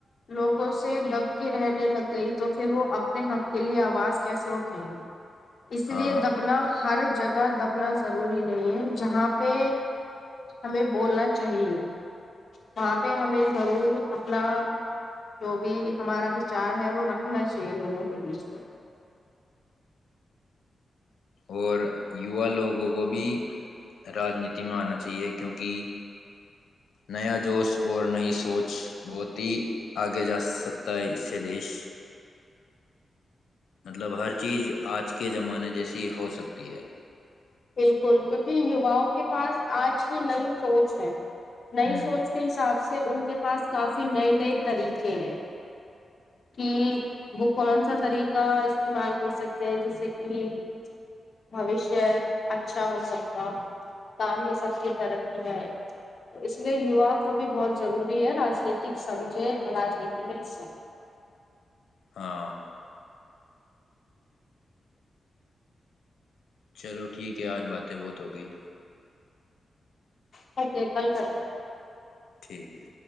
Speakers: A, on the left; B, on the left.
A: لوگوں سے دب کے رہنے لگ گئی تو پھر وہ اپنے حق کے لیے آواز کیسے اٹھیں گی اس
B: ہاں
A: لیے دبنا ہر جگہ دبنا ضروری نہیں ہے جہاں پہ ہمیں بولنا چاہیے وہاں پہ ہمیں ضرور اپنا جو بھی ہمارا وچار ہے وہ رکھنا چاہیے لوگوں کے بیچ پہ
B: اور یووا لوگوں کو بھی راجنیتی میں آنا چاہیے کیونکہ نیا جوش اور نئی سوچ بہت ہی آگے جا سکتا ہے اس سے دیش مطلب ہر چیز آج کے زمانے جیسی ہو سکتی ہے
A: بالکل کیونکہ یوؤں کے پاس آج کی نئی سوچ ہے نئی
B: ہوں
A: سوچ کے حساب سے سے ان کے پاس کافی نئے نئے طریقے ہیں کہ وہ کون سا طریقہ استعمال کر سکتے ہیں جیسے کہ بوشیہ اچھا ہو سکتا کام میں سب کی ترقیاں ہے تو اس لیے یوا کو بھی بہت ضروری ہے راجنیتک سمجھے اور راجنیتی میں حصہ
B: ہاں چلو ٹھیک ہے آج باتیں بہت ہو گئی
A: س کل کر
B: ٹھیک ہے